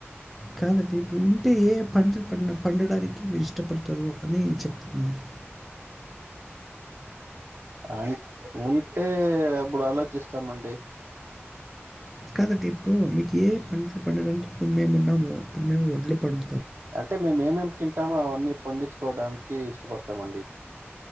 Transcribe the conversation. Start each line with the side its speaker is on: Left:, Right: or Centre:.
Centre: కాదండి ఇప్పుడు ఉంటే ఏ పంటలు పన్ పండడానికి మీ ఇష్టపడ్ తరు అని చెప్తున్నండి
Right: అయి ఉంటే అప్పుడు ఆలోచిస్తామండి.
Centre: కాదండి ఇప్పుడు మీకే పంటలు పండడానికి ఇప్పుడు మేమున్నాము ఇప్పుడు మేము వడ్ల పన్
Right: అంటే మేం ఏమేం తింటామో అవన్నీ పండిచ్కోవడానికి ఇష్టపడతామండి.